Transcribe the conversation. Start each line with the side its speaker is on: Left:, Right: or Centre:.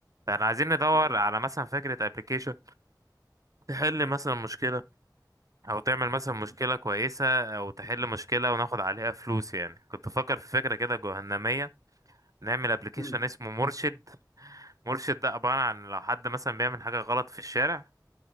Right: فاحنا عايزين ندور
Left: دي حقيقة
Right: على مثلا فكره ابلكيشن تحل مثلا مشكله او تعمل مثلا مشكله كويسه او تحل مشكله وناخد عليها فلوس يعني كنت بفكر في فكره كده جهنميه نعمل ابلكيشن
Left: امم
Right: اسمه مرشد مرشد ده عباره عن لو حد مثلا بيعمل حاجه غلط في الشارع